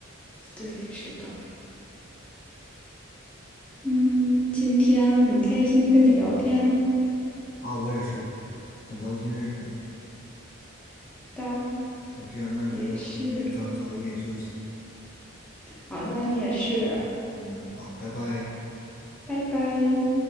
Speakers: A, in the centre; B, on the left.
A: 对，是的。嗯，今天很开心跟你聊天
B: 啊，我也是，很高兴认识你。
A: 的，
B: 那这样，那就你也早早一点休息。
A: 我也是。好的，你也是，
B: 嗯，好，拜拜。
A: 拜拜。